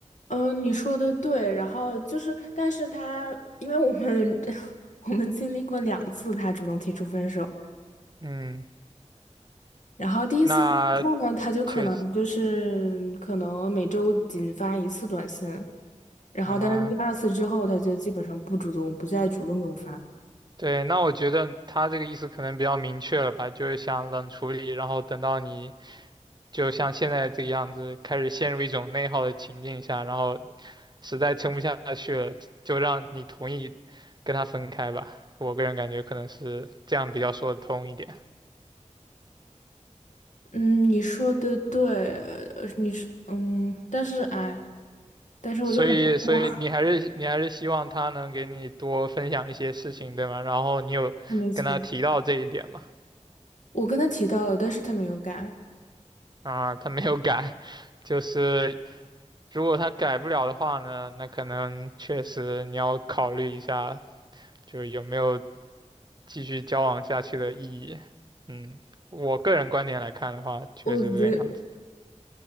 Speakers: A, on the left (about 80°); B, on the right (about 35°).
A: 嗯，呃你说的对，然后就是，但是他，因为我们 <laughs> 我们经历过两次他主动提出分手，
B: 嗯，
A: 然后第一次之后呢，
B: 那
A: 他就可能就是可能每周仅发一次短信，
B: 确实
A: 然后但是第二次之后，
B: 啊，
A: 他就基本上不主动，不再主动给我发。
B: 对，那我觉得他这个意思可能比较明确了吧，就是想冷处理，然后等到你就像现在这个样子，开始陷入一种内耗的情境下，然后实在撑不下去了，就让你同意跟他分开吧。我个人感觉可能是这样比较说得通一点。
A: 嗯，你说的对，呃你是嗯，但是哎，但是我就很难过，
B: 所以，所以你还是你还是希望他能给你多分享一些事情，对吗？然后你有跟他提到这一点嘛？
A: <laughs> 没错，我跟他提到了，但是他没有改，
B: 啊，他没有改，就是如果他改不了的话呢，那可能确实你要考虑一下，就有没有继续交往下去的意义。嗯，我个人观点来看的话，确实是这个样子。
A: 我觉得。